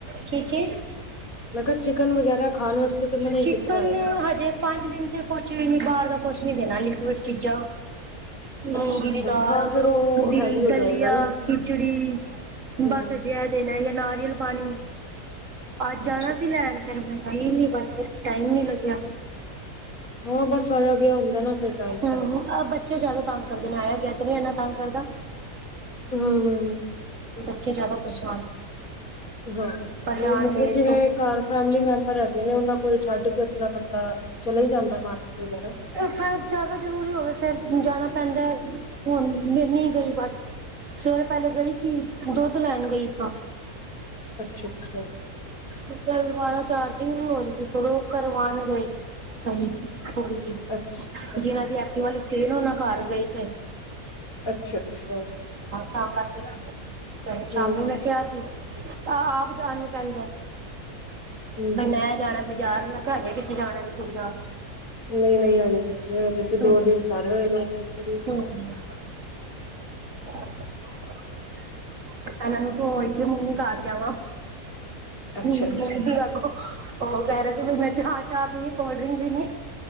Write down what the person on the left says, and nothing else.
ਮੈਂ ਕਿਹਾ ਚਿਕਨ ਵਗੈਰਾ ਖਾਣ ਵਾਸਤੇ ਤਾਂ ਮਨਾ ਹੀ
ਕੀਤਾ ਹੋਏਗਾ।
ਅੱਛਾ-ਅੱਛਾ
ਹਾਂ ਫੇਰ ਉਹ ਹੈਵੀ ਹੋ
ਜਾਏਗਾ ਨਾ
ਹੂੰ
ਅੱਛਾ।
ਹਾਂ ਬੱਸ ਆਇਆ ਗਿਆ ਹੁੰਦਾ ਨਾ ਫਿਰ ਟਾਈਮ ਨੀ
ਲੱਗਦਾ
ਹਮ, ਹਮ, ਹਮ
ਹਾਂ
ਤੇ ਜਿਵੇਂ
ਘਰ ਫੈਮਲੀ ਮੈਂਬਰ ਹੈਗੇ ਨੇ ਉਹਨਾਂ ਕੋਲ ਛੱਡ ਕੇ ਆਪਣਾ ਬੰਦਾ ਚਲਾ ਹੀ ਜਾਂਦਾ ਮਾਰਕੀਟ ਵਗੈਰਾ
ਅੱਛਾ! ਅੱਛਾ
ਅੱਛਾ-ਅੱਛਾ-ਅੱਛਾ।
ਅੱਛਾ- ਅੱਛਾ
ਹੂੰ
ਹੂੰ
ਨਹੀਂ-ਨਹੀਂ ਹਜੇ ਕਿੱਥੇ ਹਜੇ ਤੇ ਦੋ
ਦਿਨ ਸਾਰੇ ਹੋਏ ਨੇ। ਨੂੰ
ਅੱਛਾ
ਅੱਛਾ